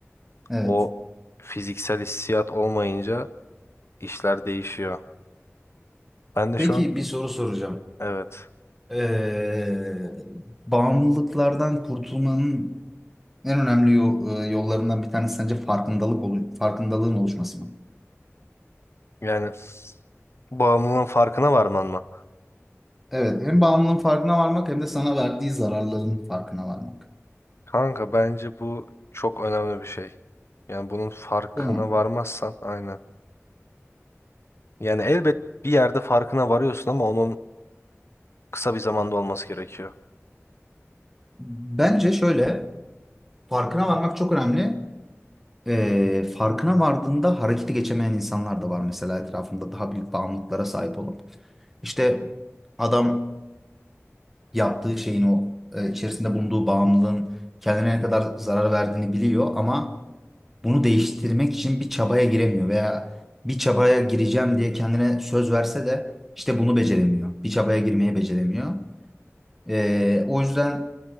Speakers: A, in the centre; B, on the left (about 60°).
A: <laughs> Evet.
B: O fiziksel hissiyat olmayınca işler değişiyor. Ben de
A: Peki
B: şu an
A: bir soru soracağım.
B: evet
A: Eee, bağımlılıklardan kurtulmanın en önemli yo- e, yollarından bir tanesi sence farkındalık olu- farkındalığın oluşması mı?
B: yani bağımlılığın farkına varman mı?
A: Evet, hem bağımlılığın farkına varmak hem de sana verdiği zararların farkına varmak.
B: Kanka bence bu çok önemli bir şey. Yani bunun farkına
A: Değil mi?
B: varmazsan aynen. Yani elbet bir yerde farkına varıyorsun ama onun kısa bir zamanda olması gerekiyor.
A: Bence şöyle, farkına varmak çok önemli. Eee, farkına vardığında harekete geçemeyen insanlar da var mesela etrafında daha büyük bağımlılıklara sahip olup. İşte adam yaptığı şeyin o e, içerisinde bulunduğu bağımlılığın kendine ne kadar zarar verdiğini biliyor ama bunu değiştirmek için bir çabaya giremiyor veya bir çabaya gireceğim diye kendine söz verse de işte bunu beceremiyor. Bir çabaya girmeyi beceremiyor. E, o yüzden